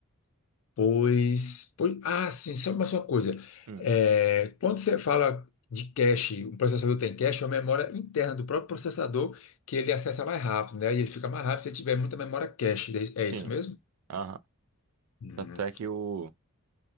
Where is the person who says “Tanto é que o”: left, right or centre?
Right